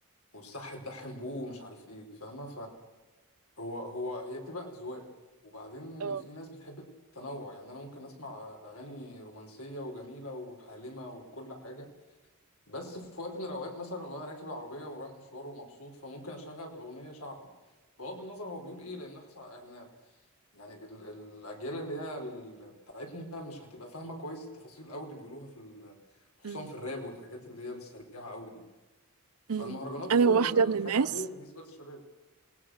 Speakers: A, on the left (about 85°); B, on the right (about 85°).
A: والصح تدحم بوه ومش عارف ايه فاهمه هو هو هي بتبقى أذواق وبعدين
B: اه
A: في ناس بتحب التنوع يعني أنا ممكن أسمع أغاني رومانسية وجميلة وحالمة وكل حاجة بس في وقت من الأوقات مثلا وأنا راكب العربية ورايح مشوار ومبسوط فممكن أشغل أغنية شعبي بغض النظر هو بيقول إيه لأن إحنا إحنا يعني ال- الأجيال اللي هي ال- بتاعتنا مش هتبقى فاهمة كويس التفاصيل أوي اللي بيقولوها في ال- خصوصا
B: مم.
A: في الراب والحاجات اللي هي السريعة أوي دي فالمهرجانات
B: مم. أنا
A: آه،
B: واحدة من
A: حاجة
B: الناس
A: عادية بالنسبة للشباب